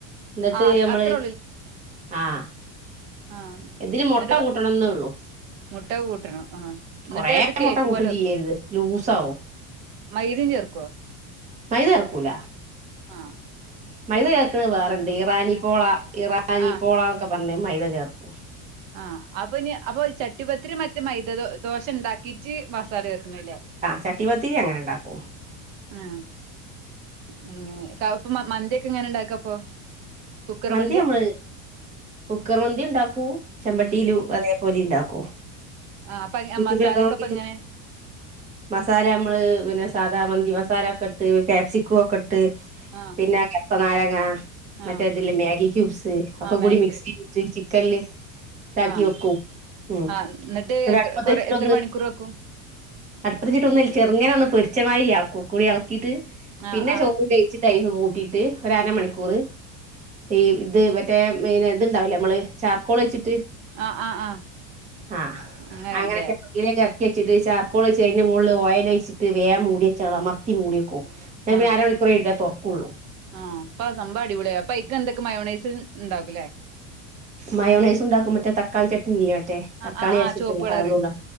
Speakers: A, on the right; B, on the right.
A: എന്നിട്ട്
B: ആ
A: നമ്മള്
B: അത്രേ
A: ആഹ്
B: ആഹ്
A: ഇതില്
B: ഇന്നിട്ട്
A: മുട്ട
B: ബ
A: കൂട്ടണംന്നേ ഉള്ളൂ
B: മുട്ട കൂട്ടണം ആഹ് എന്നിട്ട്
A: കൊറേ
B: അത് കേക്ക്
A: മുട്ട കൂട്ടും
B: പോലെ വെക്കും.
A: ചെയ്യരുത് ലൂസാവും
B: മൈദ ചേർക്കോ
A: മൈദ ചേർകൂലാ
B: ആഹ്
A: മൈദ ചേർക്ക്ണത് വേറണ്ട് ഇറാനി പോള ഇറാനി
B: ആ
A: പോള എന്നൊക്കെ പറഞതിന് മൈദ ചേർക്കും.
B: ആഹ് അപ്പൊ ഇഞ് അപോ ചട്ടിപത്തിരി മറ്റേ മൈദ ദോ ദോശണ്ടാക്കീട്ട് മസാല ചേർക്കണത് ലേ
A: ചട്ടി പത്തിരി അങ്ങനെണ്ടാക്കും.
B: ആഹ് അങ്ങനെ കാക്കു മ മന്തിയെക്കെ എങ്ങനെ ഇണ്ടാക്കാ അപ്പൊ കുക്കർ
A: മന്തി
B: മന്തിയാ
A: നമ്മള് കുക്കർ മന്തി ഇണ്ടാക്കൂ ചെമ്പട്ടിയില്
B: ഉം
A: അതേ പോലെ ഇണ്ടാക്കും
B: ആ അപ്പൊ
A: യൂടൂബിലൊക്കെ
B: മസാലൊക്കെ
A: നോക്കീട്ട്
B: അപ്പൊ എങ്ങനെ
A: മസാല നമ്മള് പിന്നെ സാധാ മന്തി മസാല ഒക്കെ ഇട്ട് ക്യാപ്സിക്കം ഒക്കെ ഇട്ട്.
B: ആ
A: പിന്നെ കർത്തനാരങ്ങ.
B: ആ
A: ട്ട അതില് മേഗി ക്യൂബ്സ് ഒക്കെ
B: ആ
A: കൂടി
B: മാഗി
A: മിക്സ് ചെയ്തിട്ട് ചിക്കൻല് താക്കി
B: ആഹ്
A: വെക്കും ഉം ഇന്നിട്ട്
B: ആഹ് എന്നിട്ട് എത്ര
A: അട്പ്പത്ത്
B: കൊറെ
A: വച്ചിട്ടൊന്ന്.
B: എത്ര മണിക്കൂർ വെക്കും
A: അട്പ്പത്ത് വെച്ചിട്ട് ഒന്ന് ചെറുങ്ങനെ ഒന്ന് പൊരിച്ചമാതിരി ആക്കും ഒക്കക്കൂടി ഇളക്കിയിട്ട്
B: ആഹ്
A: പിന്നെ
B: ആഹ്
A: ചോറ് വോവിച്ച് തൈര് കൂട്ടിയിട്ട് ഒരു അരമണിക്കൂറ് ഈ ഇത് മറ്റേ പിന്നെ ഇത്ണ്ടാവില്ലേ നമ്മള് ചാർക്കോൾ വെച്ചിട്ട്.
B: ആഹ് ആഹ് ആഹ് ആഹ്
A: ആഹ്
B: അങ്ങനെല്ലേ
A: അങ്ങനെക്കെ ഇതിലേക്ക് ഇറക്കി വച്ചിട്ട് ചർക്കോള് വെച്ച് അതിന്റെ മുകളിൽ ഓയിൽ ഒയിച്ചിട്ട് വേഗം മൂടി വച്ച് അങ്ങട് അമർത്തി മൂടിവെക്കും. നേ
B: ആഹ്
A: പിന്നെ ആര മണിക്കുർ കഴിഞ്ഞിട്ടെ തുറക്കുള്ളൂ.
B: ആഹ് അപ്പ സംഭവം അടിപൊളിയായി അപ്പൊ അതിൽക്ക് എന്തൊക്കെ മയോണൈസ് ഇണ്ടാകുലേ
A: മയോണൈസ് ഉണ്ടാക്കും മറ്റേ തക്കാളി ചട്ട്നി ഇല്ലേ മറ്റേ
B: ആഹ്
A: തക്കാളി
B: ആഹ്
A: അരച്ച്
B: ആഹ്
A: വെച്ചതില്ലേ
B: ചുവപ്പ് കളറ്
A: ആതുണ്ടാ